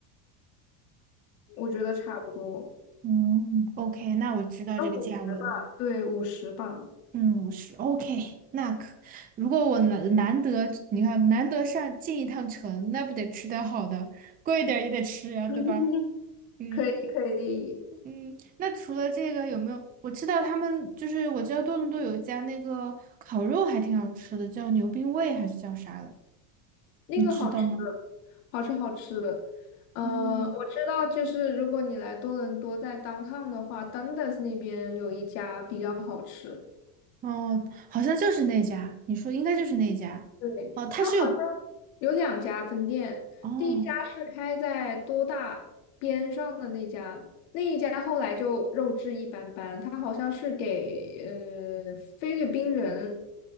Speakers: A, on the left; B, on the right.
A: 我觉得差不多，
B: 嗯，OK，那我知道这个价位了。
A: 那五十吧。对，五十吧
B: 嗯，五十，OK，<laughs> 那可，如果我难难得，你看难得上进一趟城，那不得吃点好的，贵一点儿也得吃呀，
A: <laughs>，
B: 对吧？嗯
A: 可以可以，
B: 嗯，那除了这个有没有？我知道他们就是我知道多伦多有一家那个烤肉还挺好吃的，叫牛冰味还是叫啥的，
A: 那个好吃，
B: 你知道吗？
A: 好吃好吃。呃，
B: 嗯，
A: 我知道，就是如果你来多伦多，在 downtown 的话，Dundas 那边有一家比较好吃。
B: 哦，好像就是那家，你说应该就是那家。
A: 对，
B: 哦，它是有
A: 它好像有两家分店，
B: 哦
A: 第一家是开在多大边上的那家，那一家后来就肉质一般般，它好像是给呃菲律宾人